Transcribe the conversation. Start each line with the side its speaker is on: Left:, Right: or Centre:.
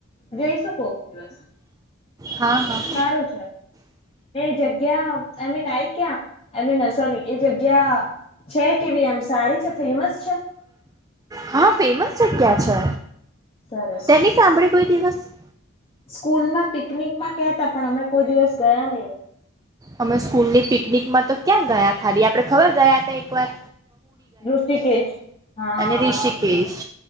Left: જઈશું કોક દિવસ
Right: હા હા
Left: સારું છે, એ જગ્યા આમીન આય ક્યાં <unintelligible> સોરી એ જગ્યા છે. કેવી એમ સારી છે, ફેમસ છે.
Right: હા ફેમસ છે, ક્યાં છે.
Left: સરસ
Right: તેની <unintelligible> કોઈ દિવસ <inaudible>
Left: <unintelligible> માં પિકનિક માં કેહતા પણ અમે કોઈ દિવસ ગયા <unintelligible>
Right: અમે સ્કૂલની પિકનિકમાં તો ક્યાં ગયા ખાલી આપડે ખબર ગયા હતા એક વાર
Left: <unintelligible> હા
Right: અને
Left: <unintelligible>
Right: ઋષિકેશ